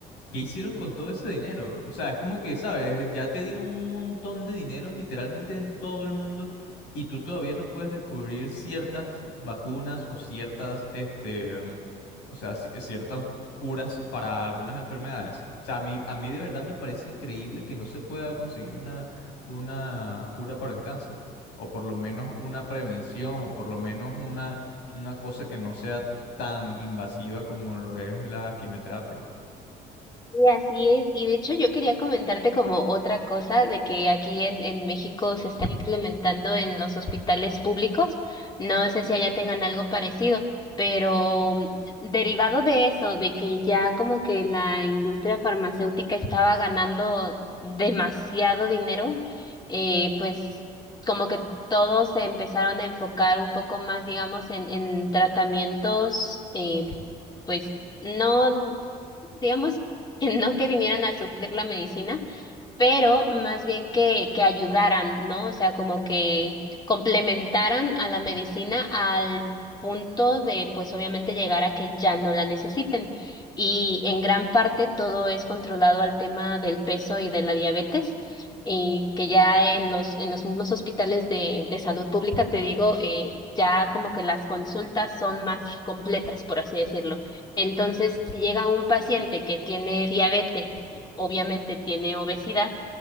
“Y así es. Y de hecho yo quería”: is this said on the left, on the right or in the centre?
Left